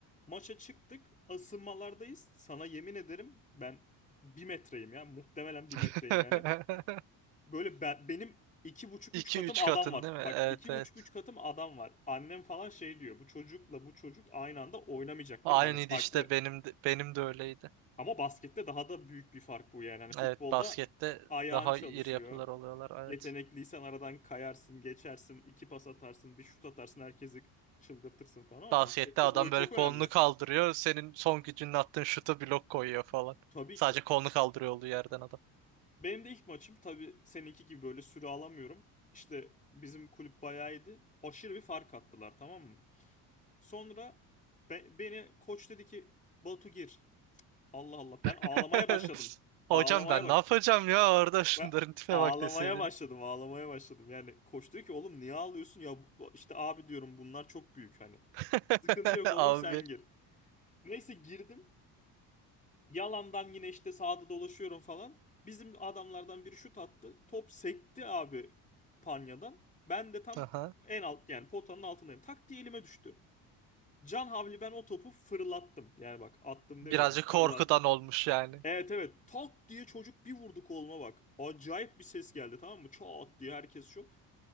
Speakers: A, on the left; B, on the right.
A: Maça çıktık. Asılmalardayız. Sana yemin ederim ben bir metreyim ya. Muhtemelen bir metreyim
B: <laughs>
A: yani. Böyle ben, benim iki buçuk
B: İki
A: üç katım
B: üç
A: adam
B: katın
A: var.
B: değil mi?
A: Bak
B: Evet
A: iki
B: evet.
A: buçuk üç katım adam var. Annem falan şey diyor. Bu çocukla bu çocuk aynı anda oynamayacak
B: Aynıydı
A: değil mi? Hani farklı
B: işte benim de, benim de öyleydi.
A: ama baskette daha da büyük bir fark bu yani. Hani futbolda
B: Evet baskette
A: ayağın
B: daha
A: çalışıyor.
B: iri yapılar oluyorlar
A: Yetenekliysen
B: evet.
A: aradan kayarsın, geçersin, iki pas atarsın, bir şut atarsın, herkesi çıldırtırsın falan ama
B: Baskette
A: baskette
B: adam
A: boy çok
B: böyle kolunu
A: önemli.
B: kaldırıyor. Senin son gücünle attığın şuta blok koyuyor falan.
A: Tabii
B: Sadece
A: ki.
B: kolunu kaldırıyor olduğu yerden adam.
A: Benim de ilk maçım tabii seninki gibi böyle süre alamıyorum. İşte bizim kulüp bayağı iyiydi. Aşırı bir fark attılar tamam mı? Sonra be- beni koç dedi ki Batu gir. Allah Allah ben ağlamaya
B: <laughs>
A: başladım.
B: Hocam
A: Ağlamaya
B: ben
A: baş...
B: ne yapacağım ya orada şunların
A: Ben
B: tipe
A: ağlamaya
B: bak deseydin.
A: başladım, ağlamaya başladım. Yani koç diyor ki oğlum niye ağlıyorsun? Ya bu- işte abi diyorum bunlar çok büyük hani.
B: <laughs>
A: Sıkıntı yok oğlum
B: Abi.
A: sen gir. Neyse girdim. Yalandan yine işte sağda dolaşıyorum falan. Bizim adamlardan biri şut attı. Top sekti abi panyadan. Ben de tam
B: Aha.
A: en alt yani potanın altındayım. Tak diye elime düştü. Can havli ben o topu fırlattım. Yani bak attım
B: Birazcık
A: demiyorum
B: korkudan
A: fırlattım.
B: olmuş yani.
A: Evet evet tak diye çocuk bir vurdu koluma bak. Acayip bir ses geldi tamam mı? Çat diye herkes şok.